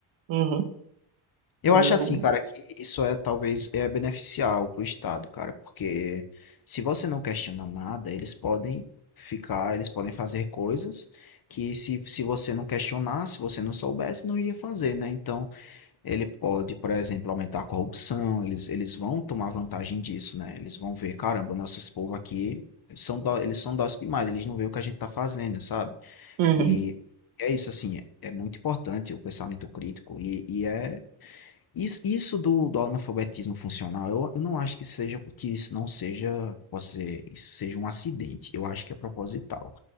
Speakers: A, on the right; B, on the left.
A: Uhum,
B: Eu
A: eu.
B: acho assim, cara, que isso é talvez é beneficial pro Estado, cara, porque se você não questiona nada, eles podem ficar, eles podem fazer coisas que se, se você não questionar, se você não soubesse, não iria fazer, né? Então, ele pode, por exemplo, aumentar a corrupção, eles, eles vão tomar vantagem disso, né? Eles vão ver, caramba, nossos povo aqui eles são, dó- eles são dóceis demais, eles não veem o que a gente tá fazendo, sabe?
A: Uhum,
B: E é isso, assim, é muito importante o pensamento crítico e, e é isso, isso do, do analfabetismo funcional, eu, eu não acho que seja, que isso não seja, posso dizer, isso seja um acidente. Eu acho que é proposital.